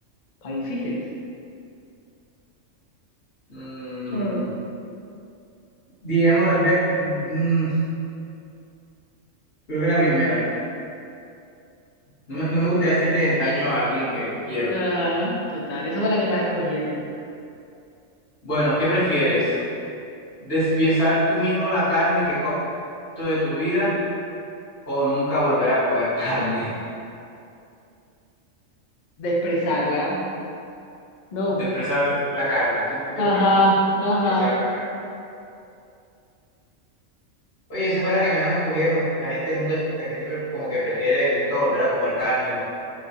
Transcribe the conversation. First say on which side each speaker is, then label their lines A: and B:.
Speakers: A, on the left; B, on the left.
A: Está difíciles.
B: Mm,
A: Mm.
B: digamos, ve- mm, creo que la primera. No me, no me gustaría hacerle daño a alguien que quiero.
A: Ajá, total, esa fue la que más escogieron.
B: Bueno, ¿qué prefieres? ¿Despiezar tú mismo la carne que comes de tu vida o nunca volver a comer carne?
A: Desprezarla.
B: <laughs>
A: No,
B: Desprezar la carne, tú, mi- yo
A: ajá,
B: mismo.
A: ajá.
B: Despiezar la carne. Oye, esa fue la que menos escogieron. La gente nunca, la gente como que prefiere nunca volver a comer carne.